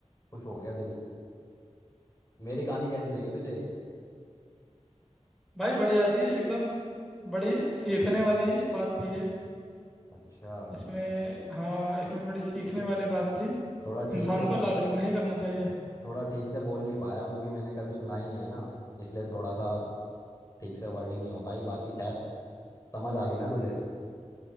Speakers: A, on the left (about 25°); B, in the centre.
A: खुश हो गया दिल मेरी कहानी कैसी लगी तुझे
B: भाई बढ़िया थी एकदम बड़ी सीखने वाली बात थी ये
A: अच्छा
B: इसमें हाँ इसमें बड़ी सीखने
A: अरे
B: वाली बात थी
A: थोड़ा
B: इंसान
A: ठीक से
B: को
A: बो
B: लालच नहीं करना चाहिए
A: थोड़ा ठीक से बोल नहीं पाया हूँ, क्योंकि मैंने कभी सुना ही नहीं है ना इसलिए थोड़ा सा ठीक से वर्डिंग नहीं हो पाई बाकी खैर समझ आ गई ना तुझे